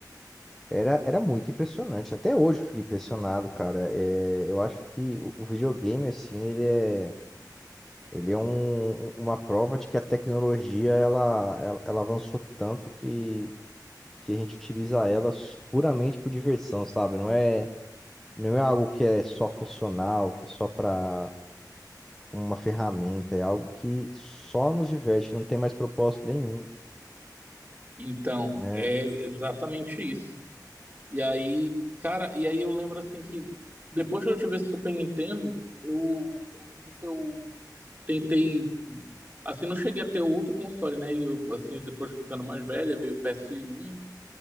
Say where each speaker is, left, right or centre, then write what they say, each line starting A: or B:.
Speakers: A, in the centre; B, on the right.
A: Era, era muito impressionante. Até hoje eu fiquei impressionado, cara. É, eu acho que o, o videogame, assim, ele é, ele é um- um, uma prova de que a tecnologia, ela, ela, ela avançou tanto que, que a gente utiliza ela puramente por diversão, sabe? Não é, não é algo que é só funcional, que é só para uma ferramenta. É algo que só nos diverte, não tem mais propósito nenhum,
B: Então,
A: né?
B: é exatamente isso. E aí, cara, e aí eu lembro assim que depois que eu tive esse Super Nintendo, eu, eu lembro que eu tentei, assim, não cheguei a ter outro console, né? E Eu, assim, depois ficando mais velha, veio o PS1